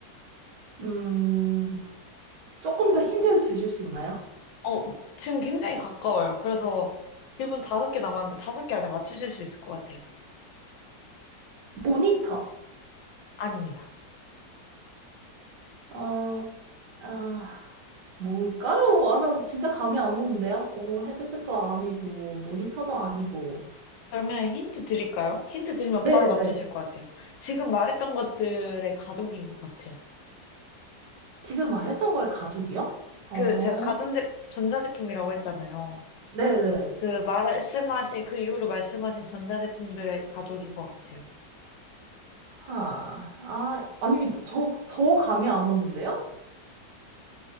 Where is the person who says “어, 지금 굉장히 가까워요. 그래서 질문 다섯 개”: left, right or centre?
Left